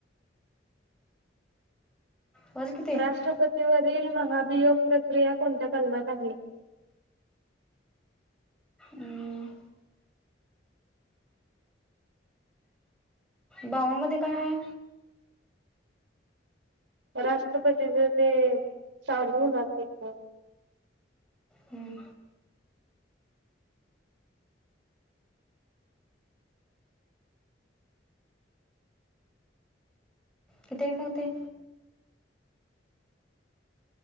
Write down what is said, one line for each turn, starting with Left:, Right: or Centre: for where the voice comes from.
Centre: वाच किती आहे
Right: राष्ट्रपती वा रल महाभियोग प्रक्रिया कोणत्या कलमात आहे
Centre: हं, बावनमध्ये काय आहे
Right: राष्ट्रपतीच ते चालवणार त
Centre: हं, किती आहे मग ते